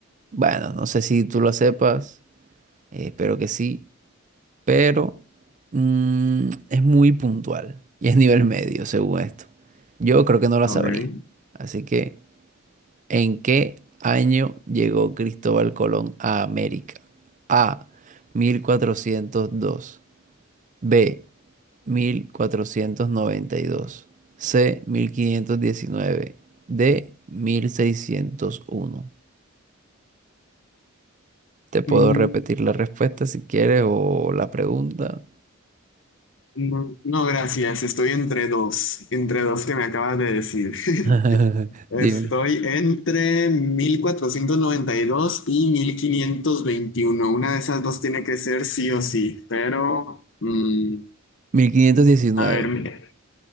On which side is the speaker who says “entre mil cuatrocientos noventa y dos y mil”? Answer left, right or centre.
Left